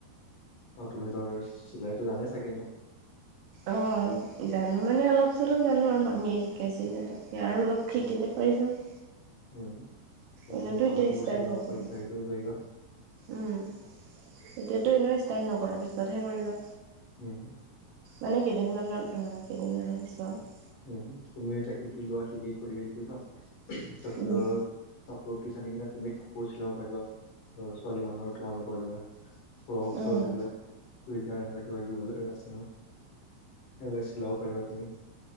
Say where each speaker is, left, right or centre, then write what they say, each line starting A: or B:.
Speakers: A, on the left (about 70°); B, on the right (about 75°).
A: অ', তুমি ধৰ চিলাইতো জানেই চাগে এনেও?
B: অ', জানো মানে অলপ-চলপ জানো আৰু মামিয়ে শি শিকাইছিলে তাতে, আৰু অলপ শিকিলে
A: অ
B: পাৰি যাম।
A: উম, তে
B: এনেতো
A: তুমি কাপোৰ-চাপোৰ
B: এতিয়া ষ্টাৰ্ট
A: চিলাব
B: নকৰা
A: পাৰিবা সেই কৰিব পাৰিবা।
B: উম, এতিয়াতো এনেইও ষ্টাৰ্ট নকৰা, পিছতহে কৰিবা।
A: উম।
B: মানে কেইদিনমানৰ ধৰা, কেইদিনমানৰ পিছত।
A: উম, তুমি এতিয়া শিকি লোৱা শিকি কৰি হেৰি কৰি লোৱা, তাৰছত
B: উম।
A: ধৰ কাপোৰৰ পিচ আনি কিনে তুমি কাপোৰ চিলাব পাৰিবা। ছোৱালী মানুহৰ তোমালোকৰ ধৰা ফ্ৰক-চ্ৰক
B: অ',
A: এইবিলাক। <unintelligible> এনেকুৱা কিবা-কিবি এ আছে নহয়, সেইবিলাক চিলাব পাৰিবা তুমি।